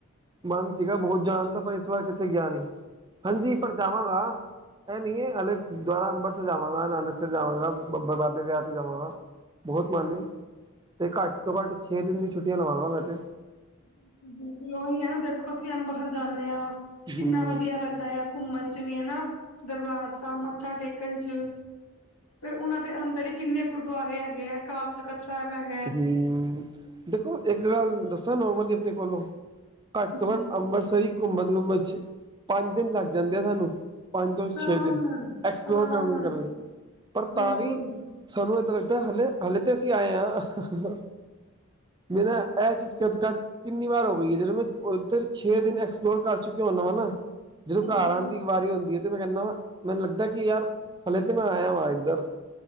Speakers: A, on the right (about 20°); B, on the left (about 80°).
A: ਮਨ ਸੀਗਾ ਬਹੁਤ ਜਾਣ ਦਾ। ਪਰ ਇਸ ਵਾਰ ਕਿੱਥੇ ਗਿਆ ਨੀ। ਹਾਂਜੀ ਪਰ ਜਾਵਾਂਗਾ ਇਹ ਨਹੀਂ ਹੈ। ਹਲੇ ਦੁਆਰਾ ਅੰਬਰਸ ਜਾਵਾਂਗਾ, ਨਾਨਕ ਸਰ, ਜਾਵਾਂਗਾ ਬਾਬੇ ਦੇ ਵਿਆਹ ਤੇ ਜਾਵਾਂਗਾ। ਬਹੁਤ ਮਨ ਐ। ਤੇ ਘੱਟ ਤੋਂ ਘੱਟ ਛੇ ਦਿਨ ਦੀ ਛੁੱਟੀਆਂ ਲਵਾਂਗਾ। ਮੈਂ ਤੇ
B: ਬਿਲਕੁਲ-ਬਿਲਕੁਲ ਉਹੀ ਹੈ ਨਾ ਦੇਖੋ ਅਸੀਂ ਅੰਮ੍ਰਿਤਸਰ ਜਾਂਦੇ ਹਾਂ ਕਿੰਨਾ
A: ਹੂੰ
B: ਵਧੀਆ ਲੱਗਦਾ ਆ। ਘੁੰਮਣ ਚ ਵੀ ਹਨਾ ਦਰਬਾਰ ਸਾਹਿਬ ਮੱਥਾ। ਮੱਥਾ ਟੇਕਣ ਚ ਫਿਰ ਉਹਨਾਂ ਦੇ ਅੰਦਰ ਹੀ ਕਿੰਨੇ ਗੁਰਦੁਆਰੇ ਹੈਗੇ ਹੈ ਕਾ। ਤਖ਼ਤ ਸਾਹਿਬ ਹੈੈ ਗਿਆ।
A: ਹਮ ਦੇਖੋ ਇੱਕ ਗੱਲ ਦੱਸਾਂ ਨੋਰਮਲੀ ਆਪਣੇ ਕੋਲੋਂ। ਘੱਟ ਤੋਂ
B: ਜੀ
A: ਘੱਟ ਅੰਮ੍ਰਿਤਸਰ ਹੀ ਘੁੰਮਣ ਘੁੰਮਣ ਚ ਪੰਜ ਦਿਨ ਲੱਗ ਜਾਂਦੇ ਆ ਸਾਨੂੰ। ਪੰਜ ਤੋਂ ਛੇ
B: ਆਰਾਮ
A: ਦਿਨ
B: ਨਾਲ
A: ਐਕਸਪਲੋਰ
B: ਆਰਾਮ
A: ਕਰਨ
B: ਨਾਲ
A: ਕਰਨ ਪਰ
B: ਬਿਲਕੁਲ
A: ਤਾਂ ਵੀ। ਸਾਨੂੰ ਏਦਾ ਲੱਗਦਾ ਹਲੇ ਹਲੇੇ ਤਾਂ ਅਸੀਂ ਆਏ ਹਾਂ। ਮੈ ਨਾ ਇਹ ਚੀਜ਼ ਕਦ-ਕਦ। ਕਿੰਨੀ ਵਾਰ ਹੋ ਗਈ ਹੈ ਜਦੋਂ ਮੈਂ ਉੱਧਰ ਛੇ ਦਿਨ ਐਕਸਪਲੋਰ ਕਰ ਚੁੱਕਿਆ ਹੁੰਦਾ ਵਾਂ ਨਾ। ਜਦੋਂ
B: ਹਾਂਜੀ
A: ਘਰ ਆਉਣ ਦੀ ਵਾਰੀ ਹੁੰਦੀ ਹੈ ਤੇ ਮੈਂ ਕਹਿੰਦਾ ਵਾ ਮੈਨੂੰ ਲੱਗਦਾ ਕਿ ਯਾਰ ਹਲੇ ਤੇ ਮੈਂ ਆਇਆ ਵਾਂ ਇੱਧਰ।